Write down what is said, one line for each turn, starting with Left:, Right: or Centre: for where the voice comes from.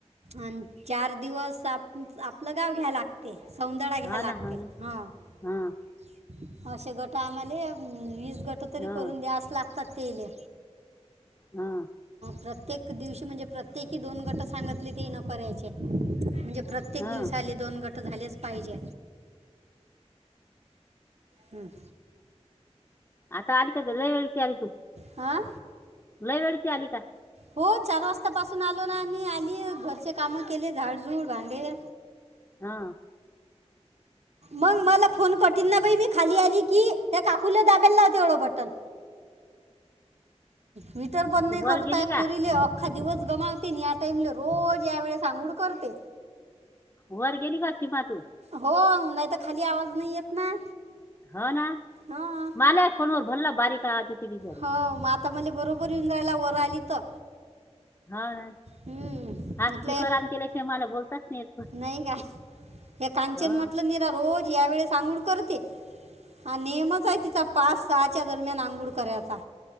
Right: आणि चार दिवस आप आपलं गाव घ्याय लागते सौंदर घ्या
Left: हा
Right: लागते
Left: ना हा ना
Right: हो
Left: हा
Right: असे गट आम्हाला वीस गट तरी
Left: हा
Right: करून द्यास लागतात तेले-
Left: हा.
Right: प्रत्येक दिवशी म्हणजे प्रत्येकी दोन गट सांगली ते न करायचे म्हणजे प्रत्येक
Left: हा
Right: दिवसाले दोन गट झालेच पाहिजे हम्म
Left: आता आली का ल वेळची आली तू
Right: हां
Left: ु लय वेळची आली का
Right: हो चार वाजता पासून आलो ना आम्ही आली घरचे कामं केले झाडझूड भांडे
Left: हा
Right: मग मला फोन कठीन ना बाई मी खाली आली की त्या काकूला दाला लावते एवढं बटन व्हटर बंद
Left: तू
Right: नाही करत
Left: वर गेली
Right: आहेतत
Left: का
Right: पुरीले हक अखा दिवस गमावते आणि या टाइमला रोज या वेळे सांगोड करते
Left: वर गेली काशी म तू
Right: हो नाही तर खाली आवाज नाही येत ना
Left: हा ना
Right: हां
Left: माल फोनवर भरला बारीक आते ती बिचारी
Right: हो मग आता म बरोबर येऊन जायला वर आली तर
Left: हा ना
Right: हम्म,
Left: हा
Right: म्हटले
Left: स्पीकरम केल्याशिवाय मला बोलतात नाही
Right: नाही का हे कांचेन
Left: हा
Right: म्हटलं निीरा रोज या वेळे सांगोळ करते हा नेहमच आहे तिचा पाच सहाच्या दरम्यान आंघोळ करायचा